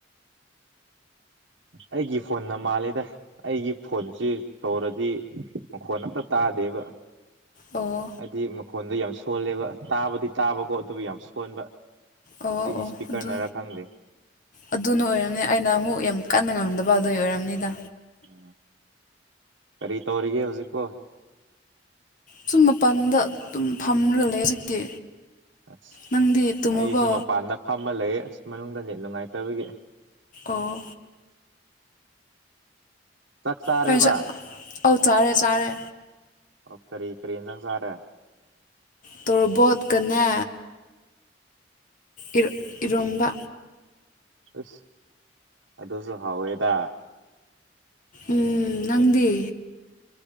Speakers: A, on the right; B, on the left.
A: ꯑꯩꯒꯤ ꯐꯣꯟꯅ ꯃꯥꯜꯂꯤꯦꯗ ꯑꯩꯒꯤ ꯐꯣꯟꯁꯤ ꯇꯧꯔꯗꯤ ꯃꯈꯣꯟ ꯑꯝꯇ ꯇꯥꯗꯦꯕ
B: ꯑꯣ
A: ꯍꯥꯏꯗꯤ ꯃꯈꯣꯟꯗꯣ ꯌꯥꯝ ꯁꯣꯜꯂꯦꯕ ꯇꯥꯕꯨꯗꯤ ꯇꯥꯕꯀꯣ ꯑꯗꯨꯕꯨ ꯌꯥꯝ ꯁꯣꯟꯕ
B: ꯑꯣ
A: ꯑꯩꯒꯤ
B: ꯑꯣ
A: ꯏꯁꯄꯤꯀꯔꯅꯔꯥ
B: ꯑꯗꯨ
A: ꯈꯪꯗꯦ
B: ꯑꯗꯨꯅ ꯑꯣꯏꯔꯝꯅꯤ ꯑꯩꯅ ꯑꯃꯨꯛ ꯌꯥꯝ ꯀꯟꯅ ꯉꯥꯡꯗꯕ ꯑꯗꯨꯒꯤ ꯑꯣꯏꯔꯝꯅꯤꯗ
A: ꯎꯝ ꯀꯔꯤ ꯇꯧꯔꯤꯒꯦ ꯍꯧꯖꯤꯛꯄꯣ
B: ꯁꯨꯝ ꯃꯄꯥꯟꯗ ꯑꯗꯨꯝ ꯐꯝꯔ ꯂꯩ ꯍꯧꯖꯤꯛꯇꯤ
A: ꯑꯁ
B: ꯅꯪꯗꯤ ꯇꯨꯝꯃꯕꯣ
A: ꯑꯩꯁꯨ ꯃꯄꯥꯟꯗ ꯐꯝꯕ ꯂꯩ ꯑꯁ ꯃꯅꯨꯡꯗꯅꯤ ꯅꯨꯡꯉꯥꯏꯇꯕꯒꯤ
B: ꯑꯥ
A: ꯆꯥꯛ ꯆꯥꯔꯦꯕ
B: ꯀꯩ ꯑꯧ ꯆꯥꯔꯦ ꯆꯥꯔꯦ
A: ꯑꯣ ꯀꯔꯤ ꯀꯔꯤꯟꯖꯪ ꯆꯥꯔꯦ
B: ꯇꯣꯔꯕꯣꯠꯀꯅꯦ ꯏꯔ ꯏꯔꯣꯝꯕ
A: ꯍꯁ ꯑꯗꯨꯁꯨ ꯍꯥꯎꯋꯦꯗ
B: ꯎꯝ ꯅꯪꯗꯤ